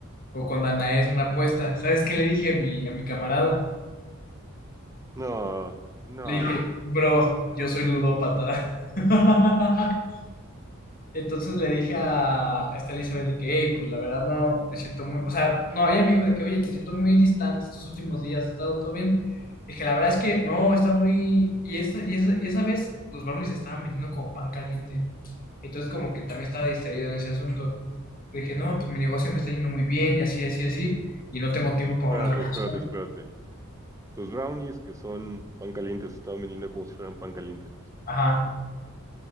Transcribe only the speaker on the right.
no, no.
Espérate,
espérate, espérate. Tus brownies, que son pan caliente, se estaban vendiendo como si fueran pan caliente.